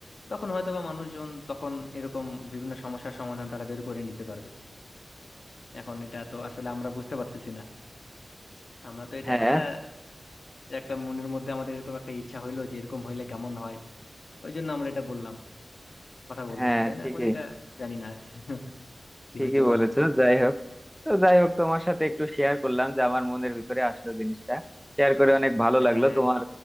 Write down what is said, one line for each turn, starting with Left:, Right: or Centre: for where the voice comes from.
Left: তখন হয়তোবা মানুষজন তখন এরকম বিভিন্ন সমস্যার সমাধান তারা বের করে নিতে পারবে এখন এটা তো আসলে আমরা বুঝতে পারতেছি না আমরা তো এটা
Centre: হ্যাঁ
Left: একটা একটা মনের মধ্যে আমাদের এরকম একটা ইচ্ছা হইলো যে এরকম হইলে কেমন হয় ওই জন্য আমরা এটা বললাম কথা বলতেছি
Centre: হ্যাঁ
Left: তাই না
Centre: ঠিকই
Left: এখন এটা জানি না <laughs> কি
Centre: ঠিকই
Left: হইতে পারে
Centre: বলেছো যাই হোক তো যাই হোক তোমার সাথে একটু শেয়ার করলাম যে আমার মনের ভিতরে আসলো জিনিসটা শেয়ার করে অনেক ভালো লাগলো
Left: হ্যাঁ
Centre: তোমার